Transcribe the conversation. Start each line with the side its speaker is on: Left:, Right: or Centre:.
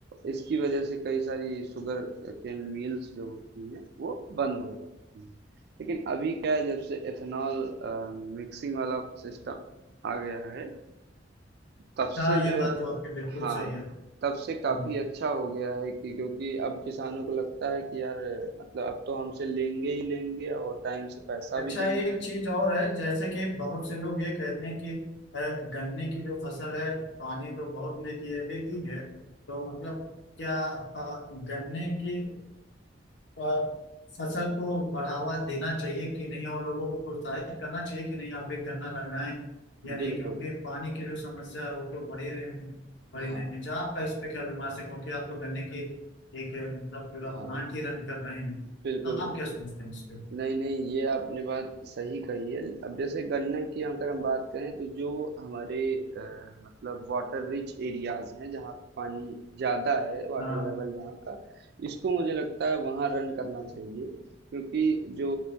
Right: इसकी वजह से कई सारी शुगर केन मिल्स जो होती हैं, वो बंद हो जाती हैं। लेकिन अभी क्या है जब से एथेनॉल अ, मिक्सिंग वाला सिस्टम आ गया है, तब से
Left: हाँ
Right: जो
Left: ये बात
Right: है हाँ, ये
Left: तो
Right: बात
Left: आपकी बिल्कुल
Right: तो है। हाँ,
Left: सही है
Right: तब
Left: हम्म।
Right: से काफ़ी अच्छा हो गया है कि क्योंकि अब किसानों को लगता है कि यार मतलब अब तो हमसे लेंगे ही लेंगे और टाइम से पैसा
Left: अच्छा
Right: भी देंगे।
Left: एक चीज और है जैसे कि बहुत से लोग ये कहते हैं कि अ, गन्ने की जो फसल है पानी तो बहुत लेती है लेती है तो मतलब क्या अ, गन्ने की अ, फसल को बढ़ावा देना चाहिए कि नहीं और लोगों को प्रोत्साहित करना चाहिए कि नहीं आप भी गन्ना लगाएं या नहीं
Right: बिल्कुल,
Left: क्योंकि पानी की जो समस्या है वो तो बढ़ी रही बढ़ी
Right: हाँ,
Left: नहीं है। जहाँ आपका इस पे क्या विमर्श है क्योंकि आप तो गन्ने की एक अ, मतलब पूरा
Right: हाँ,
Left: प्लांट ही रन कर रहे हैं
Right: बिल्कुल,
Left: आप
Right: बिल्कुल।
Left: क्या सोचते हैं इस पे
Right: नहीं, नहीं, ये आपने बात सही कही है। अब जैसे गन्ने की अगर हम बात करें तो जो हमारे अ, मतलब वाटर रिच एरियाज़ हैं, जहाँ पे पानी ज़्यादा है, वाटर
Left: हाँ
Right: लेवल जहाँ का, इसको मुझे लगता है वहाँ रन करना चाहिए। क्योंकि जो